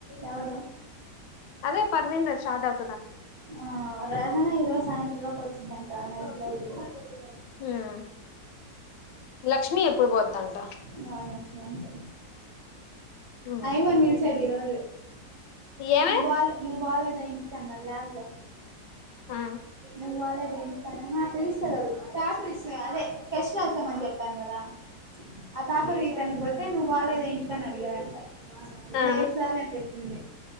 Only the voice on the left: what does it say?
అదే పర్వీన్ స్టాటవ్
హ్మ్ లక్ష్మీ ఎప్పుడుబోద్ దంట
మ్మ్
ఏమే
ఆ
ఆ